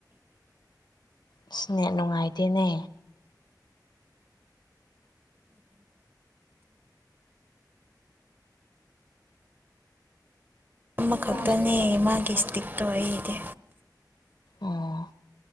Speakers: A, on the left; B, on the right.
A: ꯑꯁꯅꯦ ꯅꯨꯡꯉꯥꯏꯇꯦꯅꯦ
B: ꯑꯃꯈꯛꯇꯅꯦ
A: ꯎꯝ
B: ꯃꯥꯒꯤ ꯏꯁꯇꯤꯛꯇꯣ ꯑꯩꯗꯤ
A: ꯑꯣ